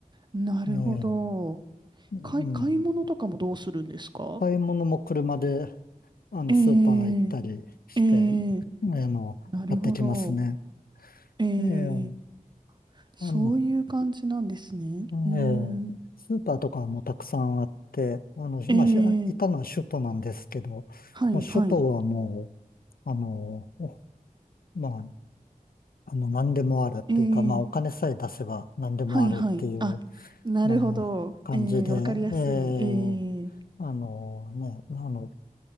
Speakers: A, on the right (about 30°); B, on the left (about 85°).
A: なるほど。
B: ええ、うん。
A: 買い、買い物とかもどうするんですか
B: 買い物も車で、あの、
A: ええ
B: スーパー行ったりして、
A: ええ
B: あの、
A: なるほど。
B: 買ってきますね。
A: ええ
B: ええ、あ
A: そういう感じなんですね。
B: の、ええ、
A: うーん。
B: スーパーとかもたくさんあって、あの、
A: え
B: まあ、しいたのは首都なんですけど、
A: えはいはい。
B: もう首都はもう、あの、おまあ、あの、何でもあるっていうか、
A: ええ
B: まあ、お金さえ出せば何でもあるっていう、
A: はいはい。あ、なるほど。
B: まあ、感じで、
A: ええわかりやすい。
B: ええ、
A: ええ
B: あのね、あの、